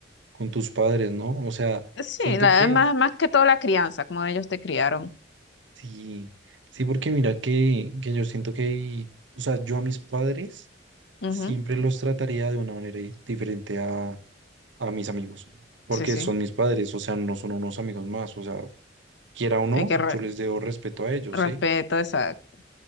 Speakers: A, on the right; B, on the left.
A: con tus padres, ¿no? O sea,
B: Sí,
A: siento
B: la,
A: que
B: más, más que todo la crianza, como ellos te criaron.
A: sí, sí, porque mira que, que yo siento que, o sea, yo a mis padres
B: Ujú,
A: siempre los trataría de una manera di- diferente a, a mis amigos, porque
B: Sí, sí,
A: son mis padres, o sea, no son unos amigos más, o sea, quiera o no,
B: hay que re-
A: yo les debo respeto a ellos,
B: respeto,
A: ¿sí?
B: exacto,